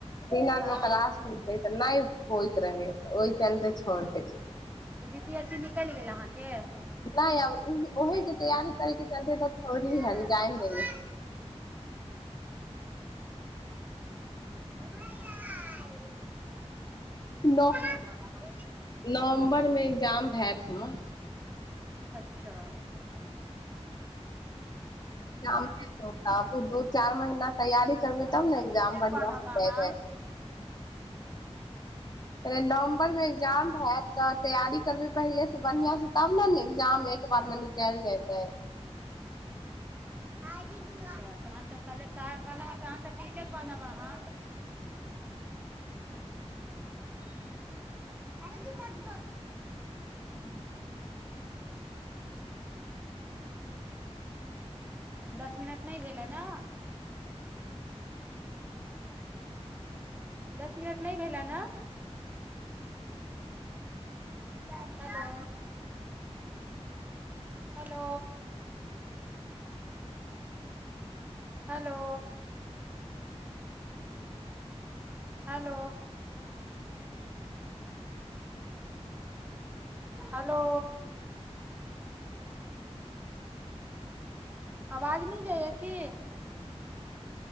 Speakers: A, on the left; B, on the right.
A: िनर
B: हँ
A: मे क्लास तऽ नहि होइत रहै ओहि च ते छड़ द
B: तऽ बी पी एस सी निकलि गेल अहाँके
A: नहि ओहेके तैयारी करै के चलते तक
B: अच्छा
A: छोड़ली ह जइ दी
B: उरया
A: नव
B: बनब अहाँ
A: नवम्बरमे एग्जाम हयैत हमरा
B: अच्छा
A: अभी दू चार महीना तैयारी करबै
B: तहन
A: तब ने
B: तऽ टीचर
A: ए्जाम बढ़िआं
B: बनब
A: से
B: अहाँ
A: देबै <unintelligible> े नवम्बर मे एग्जाम हयत तऽ तैयारी करबी पहिले से बढ़ियां से तब ने ने एग्जाम एक बार मे न कल जाता है
B: अच्छा तहन तऽ कहल तहन तऽ टीचर बनब अहाँ
A: ह
B: अ जे म त
A: ह
B: दस मिन नहि भेल ह ने दस मिनट नहि भेलै ने हो हेलो हेलो हेलो हेलो आवाज नहि जाइया की